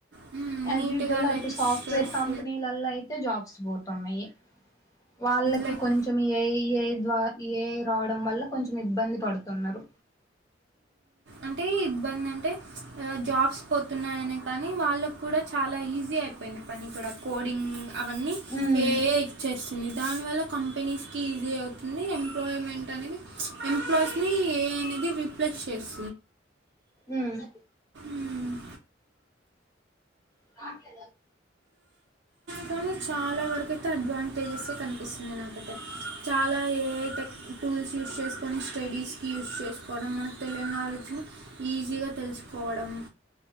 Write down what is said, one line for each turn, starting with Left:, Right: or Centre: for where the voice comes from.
Right: మ్మ్.
Left: యాస్
Right: నీట్గా
Left: యూజువల్ అటు
Right: లెక్చరర్స్
Left: సాఫ్ట్వేర్ కంపెనీలలో అయితే జాబ్స్ పోతున్నాయి వాళ్ళకి
Right: లైక్
Left: కొంచెం ఏఐ ఏఐ ద్వా ఈ ఏఐ రావడం వల్ల కొంచెం ఇబ్బంది పడుతున్నారు
Right: అంటే ఇబ్బంది అంటే జాబ్స్ పోతున్నాయనే కానీ వాళ్ళకు కూడా చాలా ఈజీ అయి పోయింది పని కూడా కోడింగ్ అవన్నీ
Left: ఉమ్
Right: ఏఐ ఇచ్చేస్తుంది దానివల్ల కంపెనీస్కి ఈజీ అవుతుంది ఎంప్లాయ్మెంట్ అనేది ఎంప్లాయీస్ని ఏఐ అనేది రీప్లే స్ చేస్
Left: ఉమ్మ్
Right: మ్మ్.
Left: మాట్ద
Right: కానీ చాలా వరకైతే అడ్వాంటేజెసే కనిపిస్తున్నాయి నాకైతే చాలా ఏఐ టూల్స్ యూస్ చేసుకొని స్టడీస్కి యూస్ చేసుకోవడం మనకి తెలియని నాలెడ్చును ఈజీగా తెలుసుకోవడం